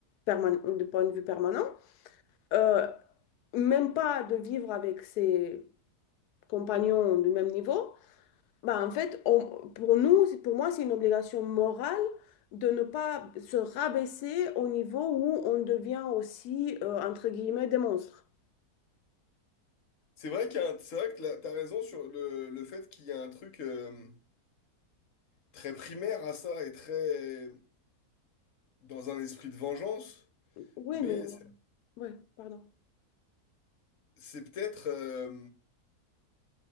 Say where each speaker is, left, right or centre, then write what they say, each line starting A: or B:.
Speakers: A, on the left; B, on the left.
A: perman- de point de vue permanent euh, même pas de vivre avec ses compagnons du même niveau, bah en fait, on- pour nous, c'est- pour moi, c'est une obligation morale de ne pas se rabaisser au niveau où on devient aussi, euh, entre guillemets, des monstres.
B: C'est vrai qu'il y a un, c'est vrai que là, t'as raison sur le, le fait qu'il y a un truc euh, très primaire à ça et très dans un esprit de vengeance,
A: Oui,
B: mais
A: mais...
B: c'est
A: Ouais, pardon.
B: c'est peut-être euh,